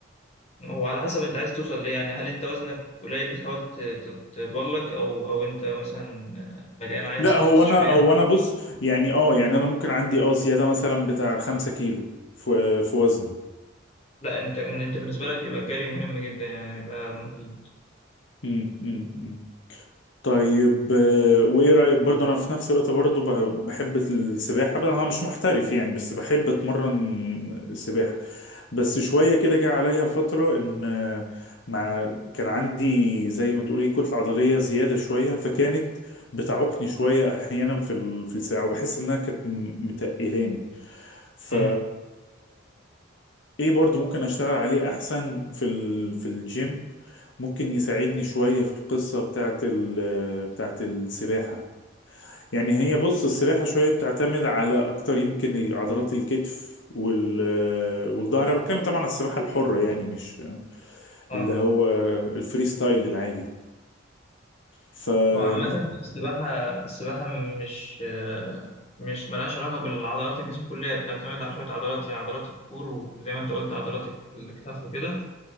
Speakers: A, on the left; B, on the left.
A: وعلى حسب انت عايز توصل ليه يعني هل انت وزنك قليل بتحاول ت- ت- تتبلك او او انت مثلا آه، مليان عايز
B: لا
A: تخس
B: هو انا
A: شوية
B: هو انا بص يعني اه يعني انا ممكن عندي اه زيادة مثلا بتاع خمسة كيلو في في وزني
A: لا انت ان انت بالنسبه لك يبقى الجري مهم جدا يعني يبقى مفيد
B: مم، مم، مم. طيب آه، وايه رأيك برضه انا في نفس الوقت برضه بح- بحب السباحة بقى انا مش محترف يعني بس بحب اتمرن سباحة بس شوية كده جه عليا فترة ان آه، مع كان عندي زي ما تقولي كتلة عضلية زيادة شوية فكانت بتعوقني شوية احيانا في ال- في الساعة وبحس انها كانت م- متقلاني ف
A: امم
B: ايه برضو ممكن اشتغل عليه احسن في ال... في الجيم ممكن يساعدني شوية في القصة بتاعت ال... بتاعت السباحة يعني هي بص السباحة شوية بتعتمد على اكتر يمكن عضلات الكتف وال... والظهر انا بتكلم طبعا على السباحة الحرة يعني مش
A: اه
B: اللي هو الفري ستايل العادي فممكن
A: هو عامه السباحه السباحه مش آه، مش ملهاش علاقه بالعضلات الجسم كلها بتعتمد على شويه عضلات زي عضلات الكور وزي ما انت قلت عضلات الك- الكتاف وكده